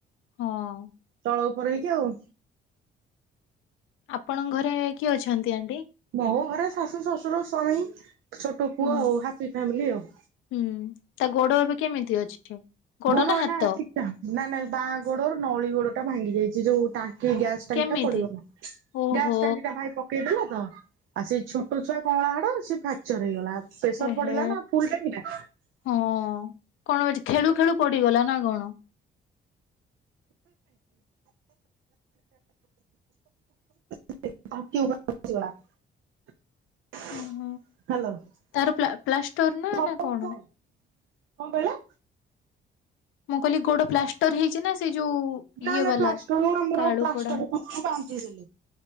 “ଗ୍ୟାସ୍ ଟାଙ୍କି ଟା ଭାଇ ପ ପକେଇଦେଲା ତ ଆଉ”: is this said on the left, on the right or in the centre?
Right